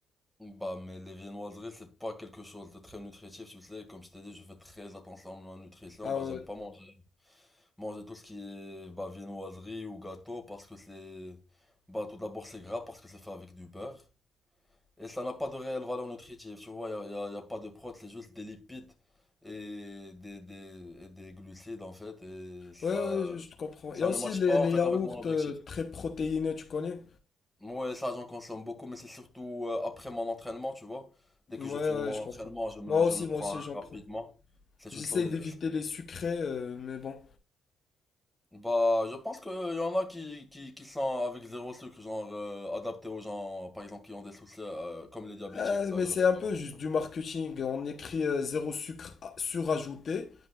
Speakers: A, in the centre; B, on the left.
A: Bah, mais les viennoiseries, c'est pas quelque chose de très nutritif, tu sais. Comme je t'ai dit, je fais très attention à ma nutrition.
B: Ah
A: Bah,
B: ouais.
A: j'aime pas manger, manger tout ce qui est, bah, viennoiserie ou gâteau parce que c'est, bah, tout d'abord, c'est gras parce que c'est fait avec du beurre. Et ça n'a pas de réelle valeur nutritive, tu vois, il n'y a, y a- y a pas de protéines, c'est juste des lipides et des, des, et des glucides en fait, et ça,
B: Ouais, ouais, je je te comprends.
A: ça
B: Il y a aussi
A: ne matche
B: les,
A: pas
B: les
A: en fait
B: yaourts
A: avec mon objectif.
B: euh, très protéinés, tu connais?
A: Moi, ça j'en consomme beaucoup, mais c'est surtout euh, après mon entraînement, tu vois. Dès
B: Ouais,
A: que je finis
B: ouais,
A: mon
B: je comprends.
A: entraînement, je me,
B: Moi
A: je
B: aussi,
A: me
B: moi
A: prends
B: aussi,
A: un
B: j'en
A: rapidement.
B: prends.
A: C'est
B: J'essaye
A: une solé...
B: d'éviter les sucrés, euh, mais bon.
A: Bah, je pense qu'il y en a qui, qui, qui sont avec zéro sucre, genre euh, adaptés aux gens, par exemple, qui ont des soucis, euh, comme les diabétiques
B: Euh,
A: d'ailleurs,
B: mais c'est un
A: qui
B: peu
A: ont des...
B: juste
A: problèmes.
B: du marketing. On écrit euh, zéro sucre a- surajouté,